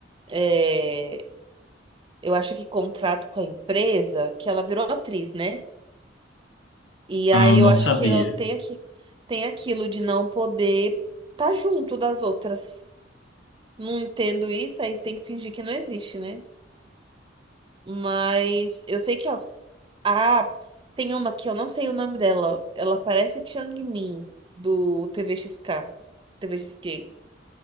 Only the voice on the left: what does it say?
Ah,
não
sabia.